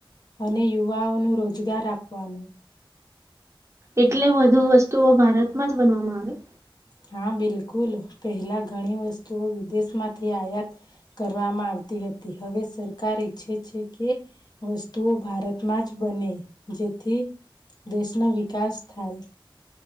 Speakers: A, on the left; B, on the right.
A: અને યુવાઓનું રોજગાર આપવાનું.
B: એટલે વધુ વસ્તુઓ ભારતમાં જ બનવામાં આવે.
A: હા બિલકુલ, પહેલા ઘણી વસ્તુઓ વિદેશમાંથી આયાત કરવામાં આવતી હતી. હવે સરકાર ઈચ્છે છે કે વસ્તુઓ ભારતમાં જ બને જેથી દેશનો વિકાસ થાય.